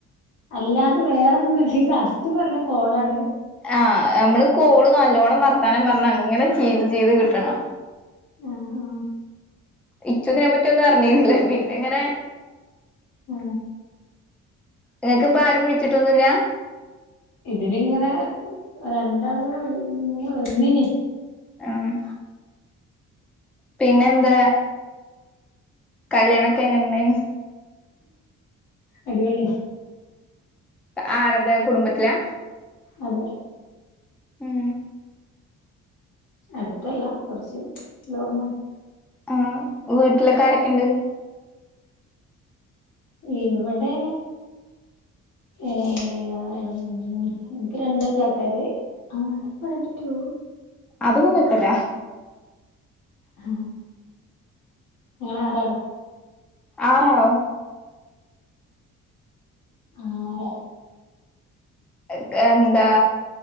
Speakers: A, on the left (about 80°); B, in the centre.
A: അല്ലാതെ വേറെൊന്നുല്ല ടാസ്ക്ന്ന് പറയണ കോളാണ്
B: ആഹ നമ്മള് കോള് നല്ലോണ്ണം വർത്താനം പറഞ്ഞ അങ്ങനെ ചെയ്ത് ചെയ്ത് കിട്ടണം
A: ആഹ ആഹ
B: ഇച്ചോതിനെപ്പറ്റിയ ഒന്നും അറിഞ്ഞിരുന്നില്ലേ പിന്നെ ഇങ്ങനെ
A: ഓ
B: നിങ്ങക്ക് ഇപ്പ ആരും വിളിച്ചിട്ടൊന്നുല്ല
A: ഇതിലിങ്ങനെ രണ്ടാള ഇങ്ങനെ ഇങ്ങനെ വന്നിനീ
B: ആഹ പിന്നെന്താ കല്യാണൊക്കെ എങ്ങനെണ്ടേനി
A: അടിപൊളിയ
B: ആറതാ കുടുംബത്തിലാ
A: അതെ
B: ഉം
A: അടുത്തല്ല കുറച്ച് ലോങ്ങാണ്
B: ആഹ വീട്ടിലൊക്കാരൊക്കെണ്ട്
A: ഇവിടെ ഏ എനിക്ക് രണ്ട് കാക്കാര് ആഹ അത് പറയാൻ പറ്റുവോ
B: അതൊന്നും കൊഴപ്പല്ല
A: ആഹ് ഞങ്ങ ആറാളാ
B: ആറാളോ
A: ആറാൾ
B: ഇതെന്താ